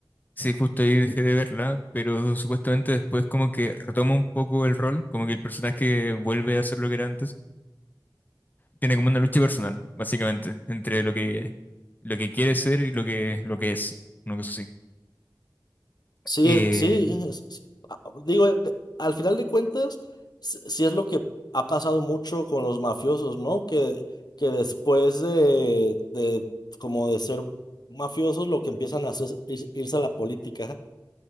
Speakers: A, on the left (about 20°); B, on the left (about 55°).
A: Sí, justo ahí dejé de verla, pero supuestamente después como que retoma un poco el rol, como que el personaje vuelve a ser lo que era antes. Tiene como una lucha personal, básicamente, entre lo que, lo que quiere ser y lo que, lo que es, una cosa así.
B: Sí,
A: Eh,
B: es- sí, es- es- a- digo, eh, al final de cuentas, s- sí es lo que ha pasado mucho con los mafiosos, ¿no? Que, que después de, de, como de ser mafiosos, lo que empiezan a hacer es ir- irse a la política.